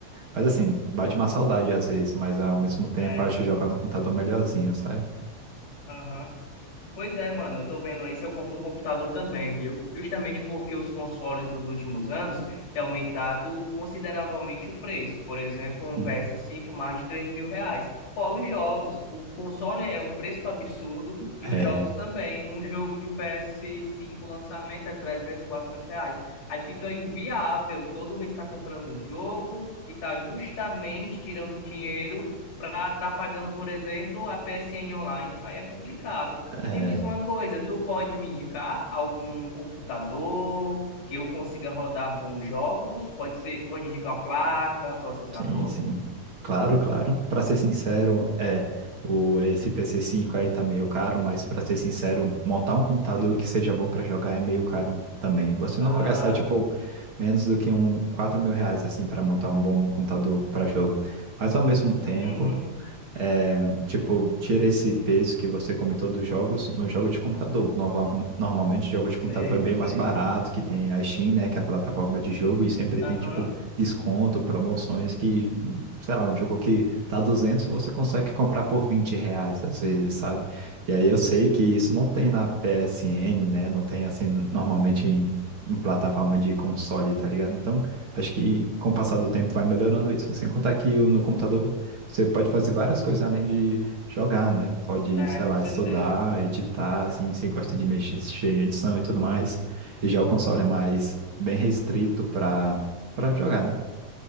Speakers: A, on the right (about 45°); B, on the left (about 85°).
A: Mas assim, bate uma saudade às vezes, mas ao mesmo tempo,
B: É,
A: eu acho jogar no computador melhorzinho, sabe?
B: aham. Pois é, mano, eu tô vendo aí se eu compro o computador também, viu? Justamente porque os consoles nos últimos anos têm aumentado consideravelmente o preço. Por exemplo, um
A: Sim.
B: PS5 mais de 3 mil reais. Fora os jogos. O console é um preço absurdo e
A: É,
B: os jogos também. Um jogo de PS5 lançamento é 300, 400 reais. Aí fica inviável. Todo mês tá comprando um jogo e tá justamente tirando dinheiro. para estar tá pagando, por exemplo, a PSN online, aí é complicado.
A: é.
B: Me diz uma coisa, tu pode me indicar algum computador que eu consiga rodar bons jogos? Pode ser, pode indicar placa, processador?
A: Sim, sim. Claro, claro. Para ser sincero, é o esse pc cinco aí tá meio caro, mas para ser sincero, montar um computador
B: Sim.
A: que seja bom para jogar é meio caro também. Você
B: Ah,
A: não vai gastar tipo menos do que um 4 mil reais assim para montar um bom computador para jogo. Mas ao mesmo tempo
B: uhum,
A: é, tipo, tira esse peso que você comentou dos jogos no jogo de computador. Nova- Normalmente, jogo de
B: sei,
A: computador é bem
B: sei.
A: mais barato, que tem a Steam, né, que é a plataforma de jogo, e sempre tem,
B: Aham,
A: tipo, desconto, promoções que, sei lá, um jogo que tá 200 você consegue comprar por 20 reais, às vezes, sabe? E aí
B: Sim,
A: eu sei
B: sim.
A: que isso não tem na PSN, né, não tem, assim, normalmente em, em plataforma de console, tá ligado? Então, acho que com o passar do tempo vai melhorando isso. Sem contar que o- no computador você pode fazer várias coisas além de jogar, né? Pode,
B: É,
A: sei
B: com
A: lá,
B: certeza.
A: estudar, editar, assim, se gosta de mexer mexer em edição e tudo mais. E já o console
B: Sim.
A: é mais bem restrito para para jogar, né?